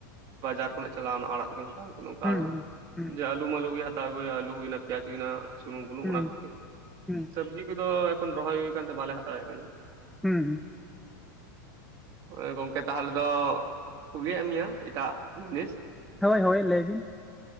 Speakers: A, on the right; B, in the centre.
A: ᱵᱟᱡᱟᱨ ᱠᱷᱚᱱᱟᱜ ᱪᱟᱞᱟᱣᱱᱟ ᱟᱲᱟᱜ <unintelligible>
B: ᱦᱩᱸ ᱦᱩᱸ
A: ᱡᱮ ᱟᱹᱞᱩ ᱢᱟᱞᱩ ᱜᱮ ᱦᱟᱛ ᱛᱟᱣ ᱜᱩ ᱦᱩᱭᱩᱜᱼᱟ ᱟᱹᱞᱩ ᱦᱩᱭᱱᱟ ᱯᱮᱭᱟᱡᱽ ᱦᱩᱭᱱᱟ ᱥᱩᱱᱩᱢ ᱵᱩᱞᱩᱝ
B: ᱦᱩᱸ
A: ᱚᱱᱟ ᱠᱚᱜᱮ᱾
B: ᱦᱩᱸ᱾
A: ᱥᱚᱵᱽᱡᱤ ᱠᱚᱫᱚ ᱮᱠᱷᱚᱱ ᱨᱚᱦᱚᱭ ᱦᱩᱭ ᱠᱟᱱᱛᱮ ᱵᱟᱞᱮ ᱦᱟᱛᱟᱣᱮᱜ ᱠᱟᱱᱟ᱾
B: ᱦᱩᱸ ᱦᱩᱸ
A: <inaudible> ᱮᱸ ᱜᱚᱝᱠᱮ ᱛᱟᱦᱞᱮ ᱫᱚ ᱠᱩᱞᱤᱭᱮᱜ ᱢᱮᱭᱟ ᱮᱴᱟᱜ ᱡᱤᱱᱤᱥ᱾
B: ᱦᱳᱭ ᱦᱳᱭ ᱞᱟᱹᱭ ᱵᱤᱱ᱾